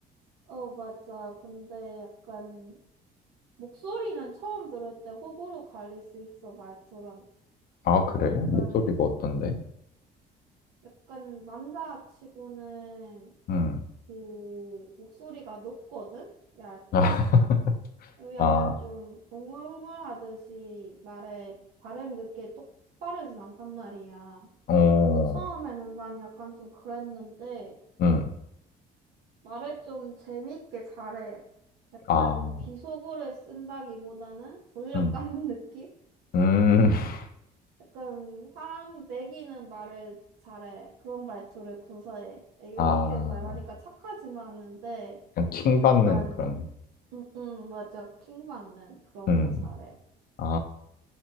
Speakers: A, on the right; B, on the left.
A: 어, 맞아. 근데 약간 목소리는 처음 들을 때 호불호 갈릴 수 있어, 말투랑.
B: 아, 그래?
A: 약간,
B: 목소리가 어떤데?
A: 약간 남자치고는
B: 음.
A: 그 목소리가 높거든? 얇고.
B: <laughs>
A: 그리고 약간
B: 아,
A: 좀 웅얼웅얼 하듯이 말에 발음이 그렇게 똑바르진 않단 말이야.
B: 어,
A: 그래서 처음에는 난 약간 좀 그랬는데
B: 음.
A: 말을 좀 재밌게 잘해. 약간
B: 아,
A: 비속어를 쓴다기보다는 돌려까는
B: 음.
A: <laughs> 느낌?
B: 음. <laughs>
A: 약간 사람 매기는 말을 잘해. 그런 말투를 구사해. 이렇게
B: 아,
A: 말하니까 착하지는 않는데
B: 약간 킹받는
A: 약간
B: 그런,
A: 음, 음, 맞아. 킹 받는 그런
B: 음.
A: 거 잘해.
B: 아,